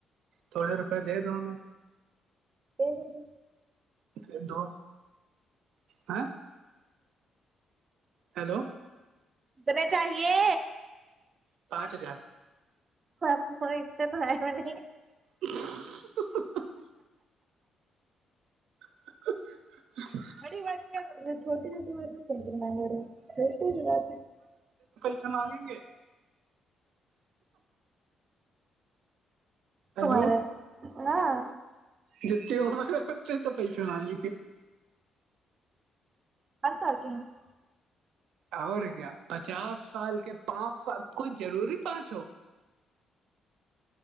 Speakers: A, on the right (about 80°); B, on the right (about 40°).
A: تھوڑے روپئے دے دو میں
B: یہ مے
A: پ دو ہیں ہیلو
B: اتنے چاہیے
A: پانچ ہزار
B: ہپ م ا تو تو ہے م
A: <inaudible> <inaudible>
B: بڑی بات کیا کر د چھوٹی سے تو بات نہیں کر د ن بڑے چھوٹی ہی بات
A: اچھے مانگیں گے ہیلو
B: توار ہاں
A: جتتے وہ ہمارا پتے ہیں پیسے میں گے
B: <unintelligible>
A: اور کیا پچاس سال کے پانچ سال کوئی ضروری پانچ ہو